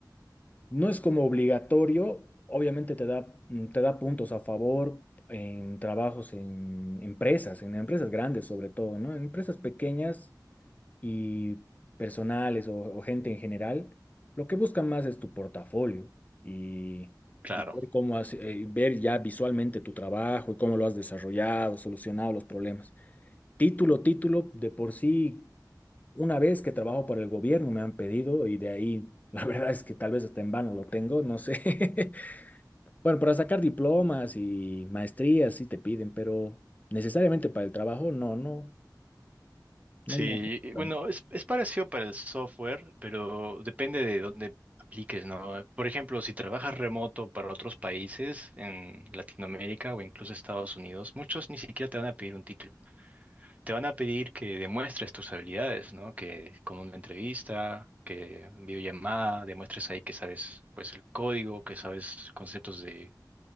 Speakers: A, on the left; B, on the right.
A: No es como obligatorio, obviamente te da, mm, te da puntos a favor en trabajos en empresas, en empresas grandes sobre todo, ¿no? En empresas pequeñas y personales o, o gente en general, lo que buscan más es tu portafolio y,
B: claro,
A: y ver cómo has- eh, ver ya visualmente tu trabajo y cómo lo has desarrollado, solucionado los problemas. Título, título, de por sí una vez que trabajo para el gobierno me han pedido y de ahí, <laughs> la verdad es que tal vez hasta en vano lo tengo, no sé. <laughs> Bueno, para sacar diplomas y maestrías sí te piden, pero necesariamente para el trabajo no, no, no
B: Sí,
A: me han pedido tanto.
B: bueno, es, es parecido para el software, pero depende de dónde apliques, ¿no? Por ejemplo, si trabajas remoto para otros países en Latinoamérica o incluso Estados Unidos, muchos ni siquiera te van a pedir un título. Te van a pedir que demuestres tus habilidades, ¿no? Que con una entrevista, que en videollamada, demuestres ahí que sabes, pues, el código, que sabes conceptos de,